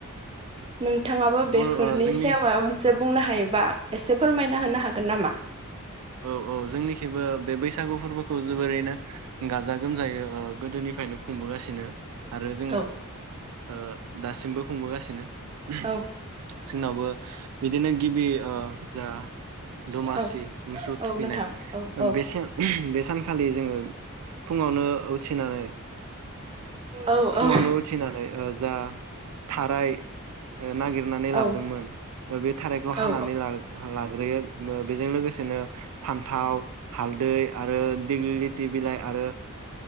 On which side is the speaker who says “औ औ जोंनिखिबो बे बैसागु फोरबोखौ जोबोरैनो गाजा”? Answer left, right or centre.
Right